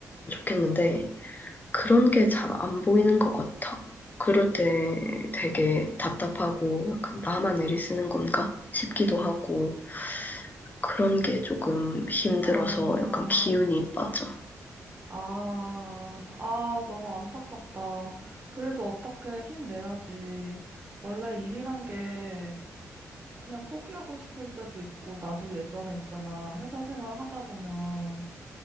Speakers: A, on the left; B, on the right.
A: 좋겠는데, 그런 게 잘 안 보이는 것 같아. 그럴 때 되게 답답하고, 약간 나만 애리 쓰는 건가 싶기도
B: 음.
A: 하고, 그런 게 조금 힘들어서
B: 아,
A: 약간 기운이 빠져.
B: 아, 아, 너무 안타깝다. 그래도 어떻게 힘내야지. 원래 일이란 게 그냥 포기하고 싶을 때도 있고, 나도 예전에 있잖아. 회사 생활 하다 보면.